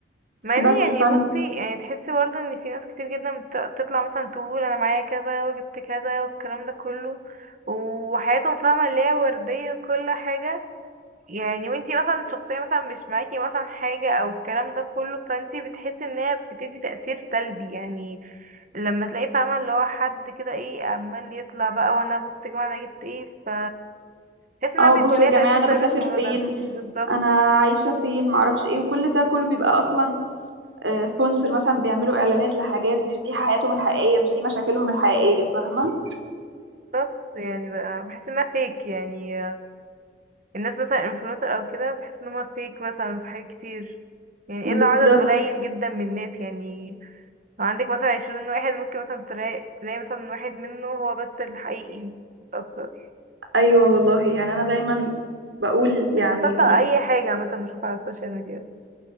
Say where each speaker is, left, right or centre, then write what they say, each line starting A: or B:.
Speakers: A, on the right (about 45°); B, on the right (about 80°).
A: مع ان
B: بس
A: يعني
B: فن
A: بصي يعني تحسي برضه ان في ناس كتير جدا بت- بتطلع مثلا تقول انا معايا كذا وجبت كذا والكلام ده كله وحياتهم فاهمة اللي هي وردية وكل حاجة يعني وانتي مثلا شخصية مثلا مش معاكي مثلا حاجة او الكلام ده كله فانتي بتحسي ان هي بتدي تأثير سلبي يعني لما تلاقي فاهمة اللي هو حد كده ايه عمال يطلع بقى وانا بص يا جماعة انا جبت ايه ف بحس انها
B: اه
A: بيكون
B: بصوا
A: ليها
B: يا جماعه
A: تأثير
B: انا
A: سلبي
B: بسافر
A: في الموضوع
B: فين
A: ده بالظبط
B: انا عايشه فين معرفش ايه وكل ده كله بيبقى اصلا سبونسر مثلا بيعملوا اعلانات لحاجات مش دي حياتهم الحقيقيه مش دي مشاكلهم الحقيقيه فاهمه
A: بس يعني بقى بحس انها فيك يعني الناس مثلا انفلونسر او كده بحس ان هما فيك مثلا في حاجات كتير يعني
B: بالظبط
A: الا عدد قليل جدا من الناس يعني لو عندك مثلا عشرين واحد ممكن مثلا تلاقي, تلاقي مثلا واحد منه هو بس الحقيقي مش اكتر
B: ايوه والله يعني انا دايما بقول يعني
A: مش بصدق اي حاجة مثلا بشوفها على السوشيال ميديا